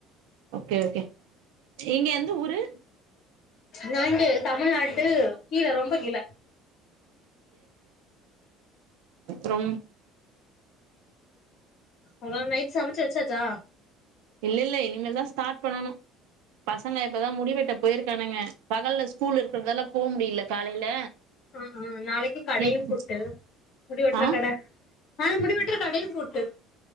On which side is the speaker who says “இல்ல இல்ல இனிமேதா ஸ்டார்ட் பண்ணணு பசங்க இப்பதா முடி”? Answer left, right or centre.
Right